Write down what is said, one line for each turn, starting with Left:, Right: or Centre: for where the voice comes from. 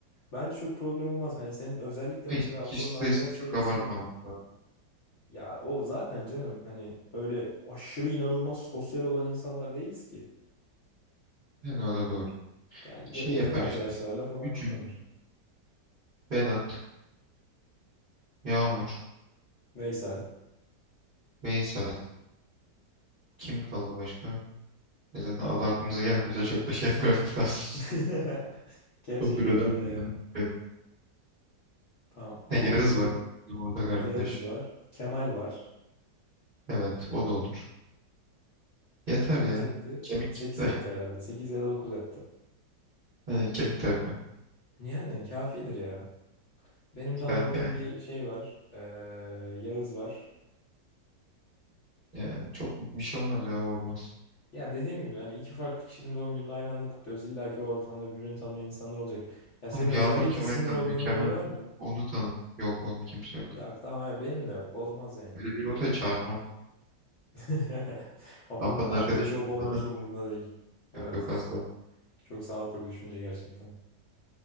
Left: Bence çok problem olmaz. Hani senin özellikle
Right: Ama
Left: mesela
Right: işte Kişi
Left: Apo'nun arkadaş
Right: sayısını çok
Left: çevresinde
Right: abartmamız lazım.
Left: ya o zaten canım hani öyle aşırı inanılmaz sosyal olan insanlar değiliz ki.
Right: Yani o da doğru.
Left: Yani
Right: Şey
Left: böyle yakın
Right: yapar
Left: arkadaşlarla
Right: işte.
Left: falan
Right: Üçümüz
Left: kutlanır.
Right: Vedat, Yağmur,
Left: Veysel.
Right: Veysel. Kim kaldı başka? E zaten adı aklımıza gelmiyorsa çok da şey yapmamak lazım.
Left: <laughs>
Right: <laughs>
Left: Gerçekten
Right: Öbürüden
Left: öyle
Right: birinin.
Left: ya.
Right: E,
Left: Tamam 6
Right: Yağız var. Bizim ortak arkadaş.
Left: Yağız var. Kemal var.
Right: Evet o da olur. Yeter
Left: Kaç
Right: ya.
Left: etti?
Right: Kemik
Left: sekiz
Right: kitle.
Left: etti herhalde. sekiz ya da 9 etti.
Right: <laughs> Yani kemik tayfa.
Left: Yani kafidir ya. Benim
Right: Kitap
Left: tanımadığım
Right: yani.
Left: bir şey var. Ee, Yağız var.
Right: Yani çok bir şey olmaz ya o olmaz.
Left: Ya dediğim gibi hani iki farklı kişinin doğum gününü aynı anda kutluyoruz. İlla ki o ortamda birbirini tanımayan insanlar olacak. Ya senin
Right: Oğlum Yağmur
Left: özellikle
Right: Kemal'i
Left: sinir
Right: tanımıyor.
Left: olduğun
Right: Kemal
Left: biri var mı?
Right: onu tanım. Yok oğlum kimse yok.
Left: Yok tamam ya benim de yok. Bozmaz yani.
Right: Böyle biri olsa çağırmam.
Left: <laughs> Apo'nun
Right: Apo'nun
Left: arkadaşı
Right: arkadaşı
Left: olup olmaması
Right: bana.
Left: umurumda değil. Evet.
Right: Yok yok asla.
Left: Çok sağlıklı bir düşünce gerçekten.